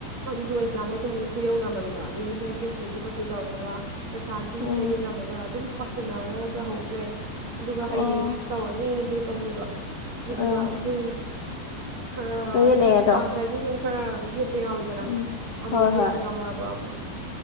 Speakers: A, on the right (about 40°); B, on the left (about 65°).
A: ꯑꯗꯨꯁꯨ ꯑꯩ ꯌꯥꯃꯣ ꯁꯨꯝ ꯈꯨꯌꯧꯅꯃꯟꯕ ꯑꯗꯒꯤ ꯃꯣꯏ ꯗ꯭ꯔꯦꯁ ꯂꯩꯇꯦ ꯈꯣꯠꯇꯦ ꯇꯧꯔꯛꯄꯒ ꯄꯩꯁꯥꯒꯤ
B: ꯎꯝ
A: ꯆꯌꯦꯠꯅꯕꯒ ꯑꯗꯨꯝ ꯄꯥꯁꯤꯟꯅꯔꯒ ꯇꯧꯍꯧꯗ꯭ꯔꯦ ꯑꯗꯨꯒ ꯍꯌꯦꯡꯁꯤꯗꯤ
B: ꯑꯣ
A: ꯇꯧꯔꯅꯦꯅ ꯂꯦꯞꯄꯦ ꯄꯝꯅꯦꯕ ꯑꯗꯨꯗꯨꯒ
B: ꯑꯥ
A: ꯑꯩꯈꯣꯏ ꯈꯔ
B: ꯆꯌꯦꯠꯅꯩ
A: ꯁꯨꯝ
B: ꯑꯗꯣ
A: ꯀ꯭ꯂꯥꯡꯁꯥꯏꯁꯦ ꯁꯨ ꯈꯔ ꯌꯦꯠ ꯌꯥꯎꯏꯗꯅ
B: ꯎꯝ
A: ꯑꯃꯨꯛ
B: ꯍꯣꯏ
A: ꯌꯦ
B: ꯍꯣꯏ
A: ꯄ꯭ꯔꯥꯕ ꯃꯨꯛ